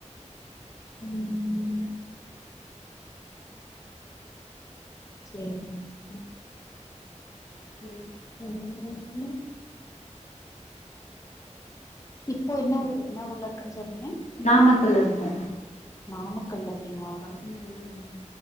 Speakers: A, on the left; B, on the left.
A: ம் ம் சேரிங்க <inaudible>
B: <unintelligible>
A: <unintelligible> இப்போ என்ன ஊர் இன்ன ஊர்ல இருக்கன்னு சொன்னீங்க
B: நாமக்கல்ல இருக்கோ
A: நாமக்கல்ல இருக்கீங்களா <unintelligible>
B: ம் ம் ம்